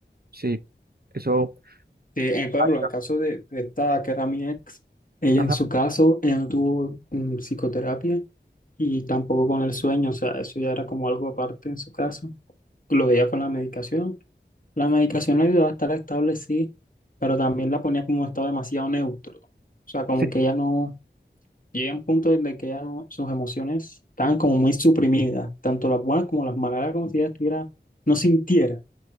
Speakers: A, on the right; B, on the left.
A: Sí, eso.
B: Sí, en, por
A: Ajá,
B: ejemplo, en el caso de, de esta que era mi ex, ella
A: ajá,
B: en su caso, ella no tuvo mm, psicoterapia y tampoco con el sueño, o sea, eso ya era como algo aparte en su caso. Lo de ella fue la medicación. La medicación la ayudaba a estar estable, sí, pero también la ponía como en un estado demasiado neutro. O sea, como
A: sí,
B: que ella no Llega un punto en el que ya no- sus emociones estaban como muy suprimidas, tanto las buenas como las malas, era como si ella estuviera, no sintiera.